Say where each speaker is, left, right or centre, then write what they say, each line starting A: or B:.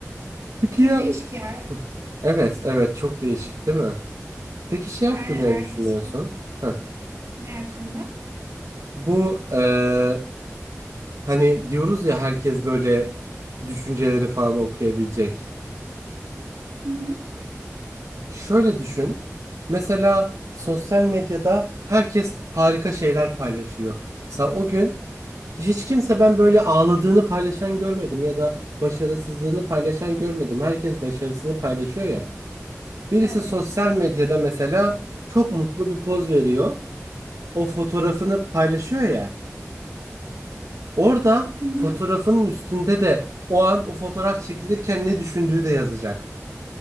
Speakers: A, on the right (about 80°); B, on the right (about 60°).
A: Peki
B: Çok
A: ya?
B: değişik ya.
A: Hı. Evet, evet çok değişik değil mi? Peki şey hakkında
B: Aynen
A: ne
B: ertesi
A: düşünüyorsun?
B: gün
A: Heh.
B: ne hakkında?
A: Bu eee, hani diyoruz ya herkes böyle düşünceleri falan okuyabilecek.
B: Hı hı.
A: Şöyle düşün. Mesela sosyal medyada herkes harika şeyler paylaşıyor. Mesela o gün hiç kimse ben böyle ağladığını paylaşan görmedim ya da başarısızlığını paylaşan görmedim. Herkes başarısını paylaşıyor ya. Birisi
B: Evet.
A: sosyal medyada mesela çok mutlu bir poz veriyor. O fotoğrafını paylaşıyor ya. Orada
B: Hı hı.
A: fotoğrafının üstünde de o an o fotoğraf çekilirken ne düşündüğü de yazacak.